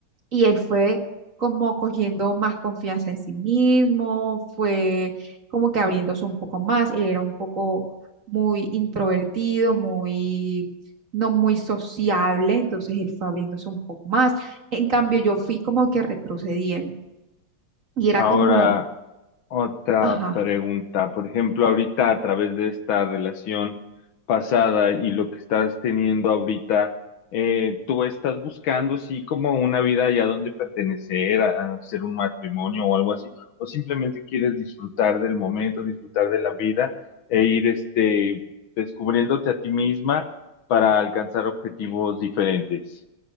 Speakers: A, on the right; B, on the left.
A: y él fue como cogiendo más confianza en sí mismo, fue como que abriéndose un poco más. Él era un poco muy introvertido, muy, no muy sociable, entonces él fue abriéndose un poco más. En cambio, yo fui como que retrocediendo y era
B: Ahora,
A: como,
B: Otra
A: ajá.
B: pregunta, por ejemplo, ahorita a través de esta relación pasada y lo que estás teniendo ahorita, eh, tú estás buscando sí como una vida ya donde pertenecer, a, a hacer un matrimonio o algo así, o simplemente quieres disfrutar del momento, disfrutar de la vida e ir este descubriéndote a ti misma para alcanzar objetivos diferentes,